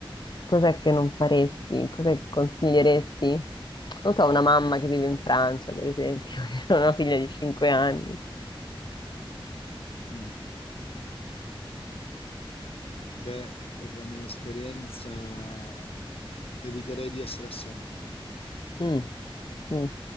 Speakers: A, on the left; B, on the left.
A: cos'è che non faresti? Cos'è che consiglieresti? Non so, una mamma che vive in Francia, per esempio, <laughs> e ha una figlia di 5 anni.
B: Mm. Beh, per la mia esperienza eviterei di essere assente.
A: Mm, mm.